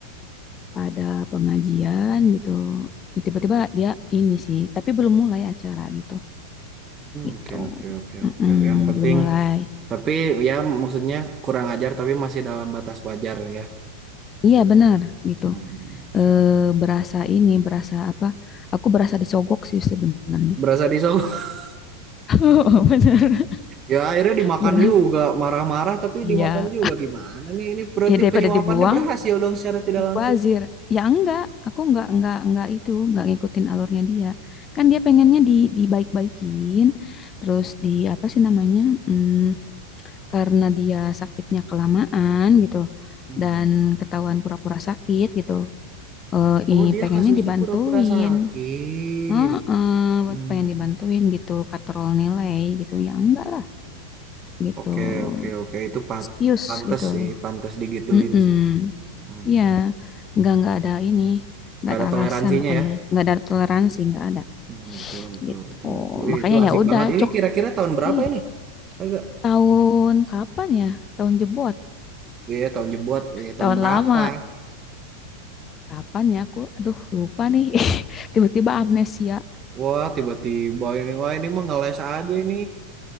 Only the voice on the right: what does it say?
oke oke oke
oke. Yang penting
tapi ya maksudnya kurang ajar tapi masih dalam batas wajar lah ya.
Hmm, oke.
Berasa disogok. <laughs>
Ya akhirnya dimakan
juga, marah-marah tapi
dimakan juga gimana nih? Ini berarti
penyuapannya
berhasil dong secara tidak langsung.
Hmm.
Oh,
dia
kasusnya
pura-pura sakit.
Hmm.
Oke oke oke itu
pan
pantes
sih, pantes digituin
sih. Hmm.
Gak
ada toleransinya
ya.
Hmm, betul, betul,
betul, betul. Wih,
itu asik
banget. Ini
kira-kira tahun berapa
ini? Kayak gak?
Iya, tahun jebot. Iya, tahun
berapa?
<laughs>
Wah, tiba-tiba ini. Wah, ini mah ngeles aja ini.